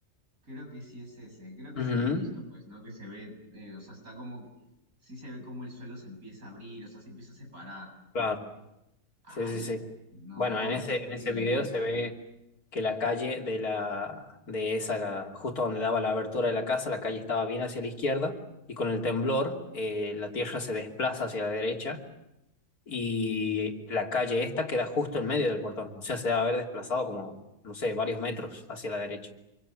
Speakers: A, on the right (about 60°); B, on the left (about 65°).
A: Creo que sí es ese. Creo que es
B: Ujú,
A: el que he visto, pues, ¿no? Que se ve, eh, o sea, está como, que- sí se ve como el suelo se empieza a abrir, o sea, se empieza a separar.
B: claro,
A: ¡Hala!
B: sí, sí, sí.
A: No,
B: Bueno, en ese,
A: qué horrible.
B: en ese video se ve que la calle de la de esa, la- justo donde daba la abertura de la casa, la calle estaba bien hacia la izquierda y con el temblor eh, la tierra se desplaza hacia la derecha y la calle esta queda justo en medio del portón, o sea, se debe haber desplazado como, no sé, varios metros hacia la derecha